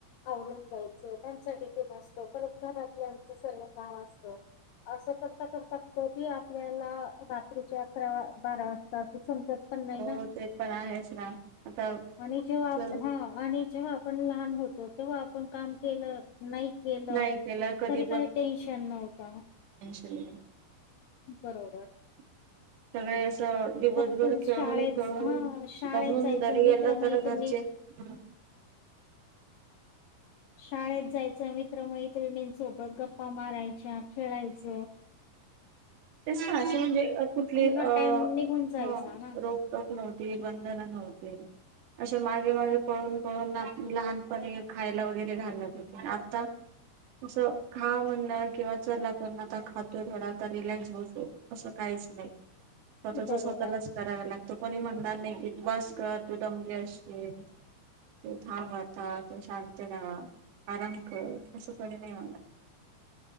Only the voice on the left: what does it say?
आवरवरून जा्यायचं त्यांच्यासाठी ते मस्तो घरातच सग काम असत अस कर तती आपल्याला रात्रीच्या अकरा बारा वाजता ते समजत पण नाही
ना.
आणि जेव्हा
हा आणि जेव्हा आपण लहान होत. तेव्हा आपण काम केलं नाही केलं
तरी काही टेन्शन नव्हत.
बरोबर.
फक्त
शाळेत
हा शाळेत
जायचं
मित्रमैत्रिणी
शाळेत जायच मित्रमैत्रिणींसोबत गप्पा मारायच्या खेळायच
पूर्ण
टाइम निघून जायचा
ना
बरोबर